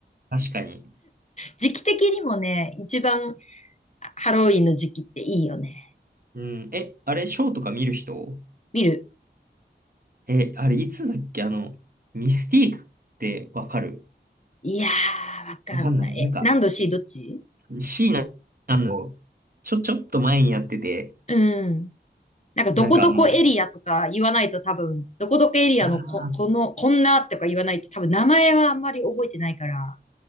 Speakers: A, on the right (about 50°); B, on the left (about 40°).
A: 確かに。
B: 時期的にもね、一番ハロウィンの時期っていいよね。
A: うん。え、あれ、ショーとか見る人
B: 見る。
A: え、あれ、いつだっけあの、ミスティークってわかる
B: いやー、わかんない。
A: わかんない。
B: え、
A: なんか、
B: 何度 C どっち
A: シーナあの、ちょ、ちょっと前にやってて、
B: うん。なんか、どこどこエリアとか言わないと多分、
A: なんかあの、
B: どこどこエリアのこ、
A: あー
B: この、こんなとか言わないと多分、名前はあんまり覚えてないから、